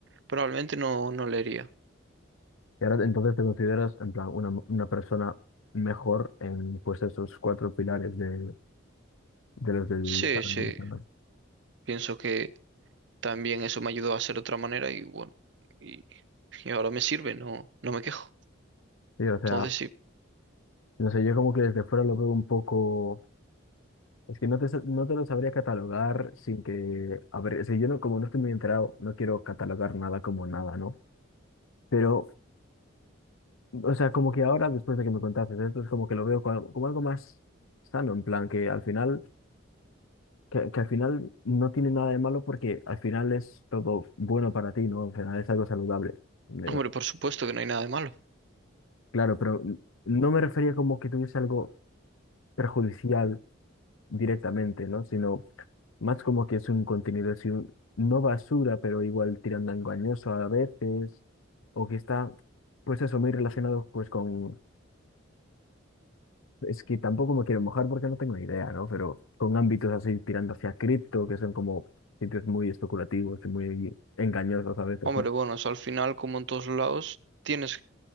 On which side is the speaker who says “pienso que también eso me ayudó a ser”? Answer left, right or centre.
Right